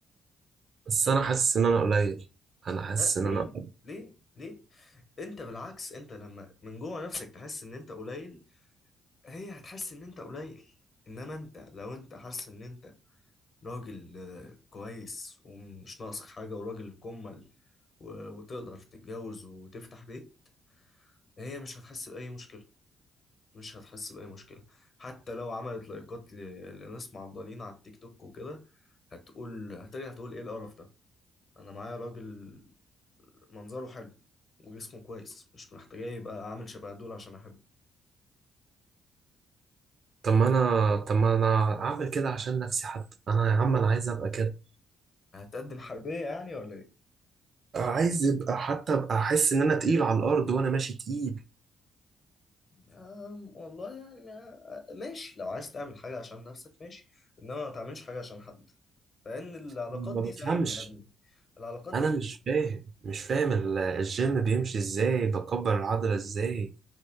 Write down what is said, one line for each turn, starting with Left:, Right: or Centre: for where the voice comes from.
Right: بس انا حاسس ان انا قليل انا حاسس
Left: لا ليه
Right: ان انا
Left: ليه ليه انت بالعكس انت لما من جوه نفسك تحس ان انت قليل هي هتحس ان انت قليل انما انت لو انت حاسس ان انت راجل آه، كويس ومش ناقصك حاجة وراجل كمل و- وتقدر تتجوز وتفتح بيت هي مش هتحس بأي مشكلة مش هتحس بأي مشكلة حتى لو عملت لايكات ل- لناس معضلين على التيك توك وكده هتقول هترجع تقول ايه القرف ده انا معايا راجل منظره حلو وجسمه كويس مش محتاجة يبقى عامل شبه دول عشان احبه
Right: طب ما انا طب ما انا اعمل كده عشان نفسي حتى انا يا عم انا عايز ابقى كده
Left: هتقدم حربية يعني ولا ايه؟
Right: عايز ابقى حتى ابقى احس ان انا تقيل على الارض وانا ماشي تقيل
Left: أم والله يعني آه، ماشي لو عايز تعمل حاجة عشان نفسك ماشي انما ما تعملش حاجة عشان حد لان العلاقات
Right: ما
Left: دي
Right: بفهمش
Left: زايلة يا ابني العلاقات
Right: انا
Left: دي زايلة.
Right: مش فاهم مش فاهم ال- الجيم بيمشي ازاي بكبر العضله ازاي